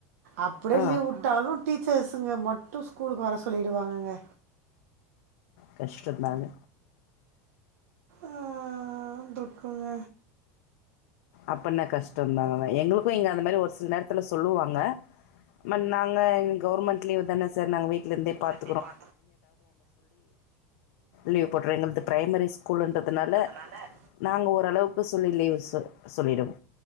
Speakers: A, on the right; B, on the left.
A: அப்டியே
B: ஆ
A: லீவ் வுட் டாலு டீச்சர்ஸ்ங்க மட்டு ஸ்கூலுக்கு வர சொல்லிடுவாங்க க
B: கஷ்ட நானு
A: ஆ துக்குங்க
B: அப்பன்னா கஷ்டந்தாங்கக எங்களுக்கு இங்க அந்த மாரி ஒரு சில நேர சொல்லுவாங்க மட் நாங்க கவர்மண்ட் லீவ் தான சார் நாங்க வீட்லர்ந்தே பாத்
A: அஅ
B: லீவ் போட்றோ எங்கள்து பிரைமரி ஸ்கூலுன்றதுனால
A: னால
B: நாங்க ஓரளவுக்கு சொல்லி லீவு சொ சொல்லிடுவோ